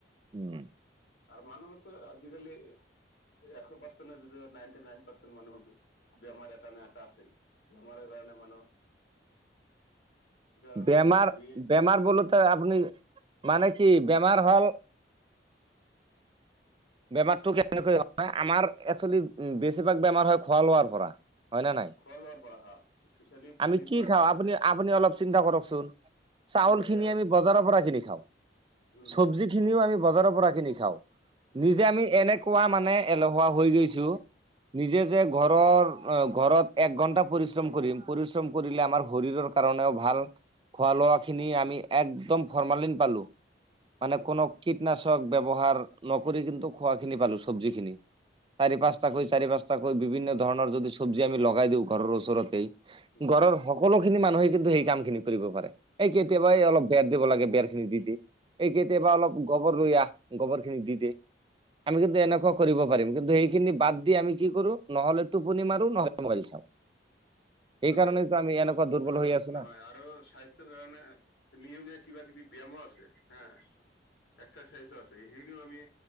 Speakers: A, on the right (about 25°); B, on the left (about 85°).
A: উম
B: আৰু মানুহৰতো আজিকালি এশ পাৰ্চেটৰ ভিতৰত নাইনটি নাইন পাৰ্চেণ্ট মানুহ বেমাৰ এটা নে এটা আছে। বেমাৰৰ কাৰণে মানুহ সেইকাৰণে
A: বেমাৰ
B: আমি
A: বেমাৰ বলোতে
B: উম
A: আপনি মানে কি বেমাৰ হ'ল বেমাৰটো কেনেক আমাৰ একচেল বেছিভাগ বেমাৰ হয় খোৱা লোৱাৰ পৰা। হয় ন নাই?
B: খোৱা লোৱাৰ পৰা হা স্পেচিয়েলি পানীৰ
A: আমি কি
B: পৰা
A: খাওঁ
B: বেছি
A: আপুনি
B: হয়
A: আপুনি অলপ চিন্তা কৰকচোন চাউল
B: বজাৰত
A: খিনি আমি বজাৰৰ পৰা কিনি খাওঁ,
B: হম
A: চব্জি
B: হম
A: খিনিও আমি বজাৰৰ পৰা কিনি খাওঁ,
B: হম
A: নিজে আমি এনে কোৱা মানে এলহুৱা হৈ গৈছো, নিজে যে ঘৰৰ ঘৰত এক ঘন্টা পৰিশ্ৰম কৰিম পৰিশ্ৰম কৰিলে আমাৰ শৰীৰৰ কাৰণে ভা ভাল খোৱা-লোৱা খিনি আমি একদম ফৰালিন পালো, মানে
B: হম
A: কোনো কনাশ ব্যৱহাৰ নকৰি কিন্তু খোৱা খিনি পালো চব্জি খিনি চাৰি
B: হম
A: পাঁচ তাকৈ চাৰি পাঁচতাকৈ বিভিন্ন ধৰণৰ যদি চব্জি আমি লগাই দিওঁ ঘৰৰ ওচৰতেই,
B: হম
A: ঘৰৰ সকলো খিনি মানুহে কিন্তু এই কাম খিনি কৰিব পাৰে। এই কেতিয়াবাই
B: কৰিব
A: অলপ বেৰ দিব লাগে বেৰ খিনি দি দি। এই কেতিয়াবা
B: উম
A: অলপ গোবৰ লৈ আহ গোবৰ খিনি দি দে। আমি কিন্তু এনেকুৱা কৰিব পাৰিম কিন্তু এইখিনি বাদ দি আমি কি কৰো, নহ'লে টোপনি মাৰো, নহ'লে মবাইল চাওঁ। সেইকাৰণেতো
B: আৰু কিছু
A: আমি এনেকুৱা দুৰ্বল
B: হয়
A: হৈ আছো
B: নহয়
A: না
B: আৰু স্বাস্থ্যৰ কাৰণে নিয়মীয়া কিবা কিবি ব্যায়ামো আছে হা। এক্সাৰচাইজো আছে, সেইখিনিও আমি